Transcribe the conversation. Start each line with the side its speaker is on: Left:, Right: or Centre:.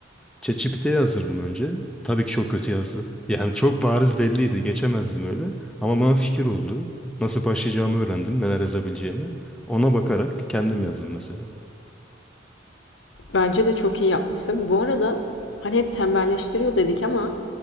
Centre: ChatGPT'ye yazdırdım önce. Tabii ki çok kötü yazdı. <laughs> Yani çok bariz belliydi, geçemezdim öyle. Ama bana fikir oldu. Nasıl başlayacağımı öğrendim, neler yazabileceğimi. Ona bakarak kendim yazdım mesela.
Left: Bence de çok iyi yapmışsın. Bu arada hani hep tembelleştiriyor dedik ama